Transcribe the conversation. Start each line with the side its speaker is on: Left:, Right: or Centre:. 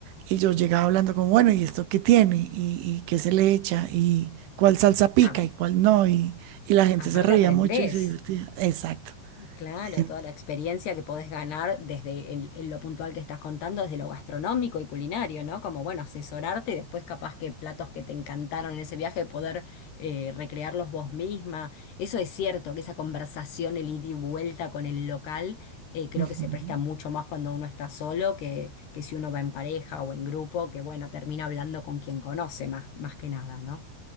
Right: Y yo llegaba hablando como, bueno, ¿y esto qué tiene? ¿Y, y qué se le echa? ¿Y cuál salsa pica
Left: Ah,
Right: y cuál no? Y, y la gente
Left: aparte
Right: se reía
Left: aprendés.
Right: mucho y se divertía. Exacto.
Left: Claro,
Right: En-
Left: toda la experiencia que podés ganar desde el- el- lo puntual que estás contando, desde lo gastronómico y culinario, ¿no? Como, bueno, asesorarte y después capaz que platos que te encantaron en ese viaje, poder eh, recrearlos vos misma. Eso es cierto, que esa conversación, el ida y vuelta con el local, eh, creo
Right: ujú.
Left: que se presta mucho más cuando uno está solo que, que si uno va en pareja o en grupo, que bueno, termina hablando con quien conoce más, más que nada, ¿no?